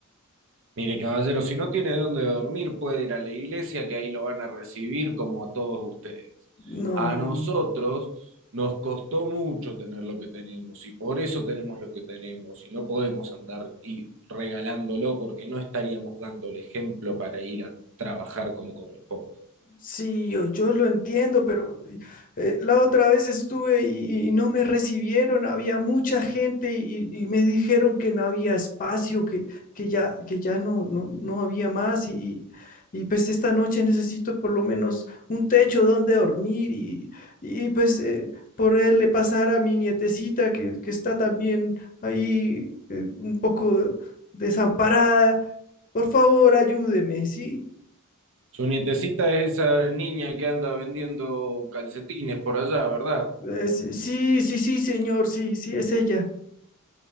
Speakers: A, on the right; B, on the left.
A: Mire, caballero, si no tiene dónde dormir, puede ir a la iglesia, que ahí lo van a recibir como a todos ustedes.
B: No.
A: A nosotros nos costó mucho tener lo que tenemos y por eso tenemos lo que tenemos y no podemos andar y regalándolo porque no estaríamos dando el ejemplo para ir a trabajar como corresponde.
B: Sí, yo, yo lo entiendo, pero eh, la otra vez estuve y, y no me recibieron, había mucha gente y, y me dijeron que no había espacio, que, que ya, que ya no, no, no había más y, y, y, pues esta noche necesito por lo menos un techo donde dormir y, y pues eh, poderle pasar a mi nietecita que, que está también ahí eh, un poco desamparada. Por favor, ayúdeme, ¿sí?
A: Su nietecita es esa niña que anda vendiendo calcetines por allá, ¿verdad?
B: Eh, sí, sí, sí, sí, señor, sí, sí, es ella.